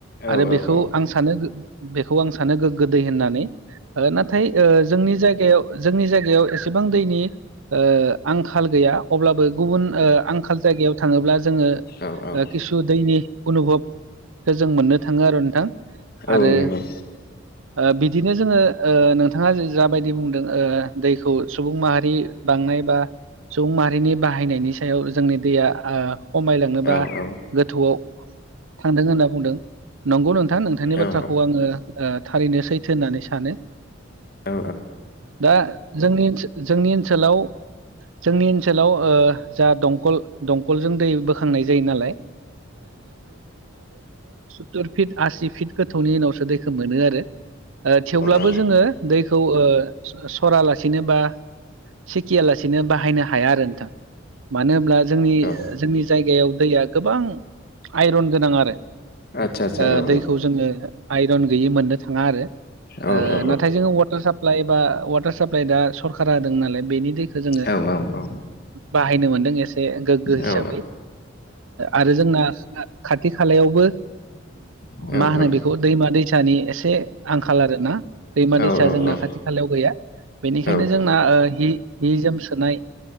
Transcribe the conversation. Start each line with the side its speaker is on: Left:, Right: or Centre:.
Left: औ
Right: आरो बेखौ
Left: औ
Right: आं सानो बेखौ आं सानो गोग्गो दै होननानै। नाथाय ओ जोंनि जायगायाव जोंनि जायगायाव एसेबां दै ओ आंखाल गैया अब्लाबो गुबुन ओ आंखाल जायगायाव थाङोब्ला जोङो
Left: औ औ
Right: ओ खिसु दैनि अनुभबखौ जों मोननो थाङो आरो नोंथां।
Left: औ
Right: आरो
Left: नंगौ
Right: ओ बिदिनो जोङो ओ नोंथाङा जाबायदि बुंदों ओ दैखौ सुबुं माहारि बांनाय बा सुबुं माहारिनि बाहायनायनि सायाव जोंनि दैया ओ खमायलांनोबा
Left: औ औ
Right: गोथौआव थांदों होनना बुंदों। नंगौ नोंथां नोंथांनि बाथ्राखौ
Left: औ
Right: आङो ओ थारैनो सैथो होननानै सानो।
Left: औ
Right: दा जोंनि जोंनि ओनसोलाव जोंनि ओनसोलाव जा दंखल दंखलजों दै बोखांनाय जायो सत्तुर फिट आसि फिट गोथौनि उनावसो दैखौ मोनो आरो थेवब्लाबो
Left: औ
Right: जोङो दैखौ सरालासिनोबा सिखियालासेनो बाहायनो हाया आरो नोंथां। मानो होनब्ला जोंनि
Left: अ औ
Right: ओ जोंनि जायगायाव दैया गोबां आइरन गोनां आरो।
Left: आदसा आदसा
Right: ओ
Left: औ
Right: दैखौ जोङो आइरन गैयै मोननो थाङा आरो
Left: औ
Right: ओ
Left: औ
Right: नाथाय जोङो वाटार साप साप्लाइ बा वाटार साप्लाइ दा सरकार सरकारा होदों नालाय बेनि दैखौ जोङो
Left: औ औ
Right: बाहायनो मोनदों एसे गोग्गो हिसाबै।
Left: औ
Right: आरो जोंना खाथि खालायावबो
Left: औ
Right: मा होनो बेखौ दैमा दैसानि एसे आंखाल आरो ना दैमा
Left: औ
Right: दैसा जोंना
Left: औ औ
Right: खाथि खालायाव गैया बेनिखायनो
Left: औ
Right: जोंना हि जि जोम सोनाय